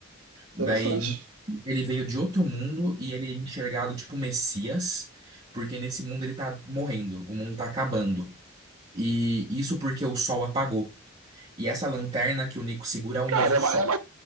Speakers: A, on the right (about 25°); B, on the right (about 85°).
A: Daí
B: Interessante.
A: ele veio de outro mundo e ele é enxergado tipo Messias, porque nesse mundo ele tá morrendo, o mundo tá acabando. E isso porque o sol apagou. E essa lanterna que o Nico segura é um
B: Cara,
A: novo
B: é,
A: sol.
B: é, é,